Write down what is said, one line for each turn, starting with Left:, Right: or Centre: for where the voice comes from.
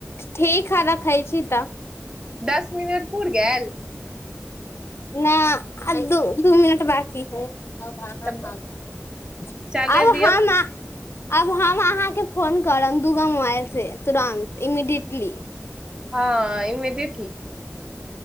Left: ठीक है रखय छी तब
Right: दस मिनट पुर गेल
Left: न अ द दू मिनट बाकी ठीक है
Right: तऽ
Left: अब ह
Right: चले
Left: आब
Right: दियौ
Left: हम आब हम अहाँके फोन करब दूगो मोबाइल से तुरंत इमीडियएटली
Right: हँ ईमिदिये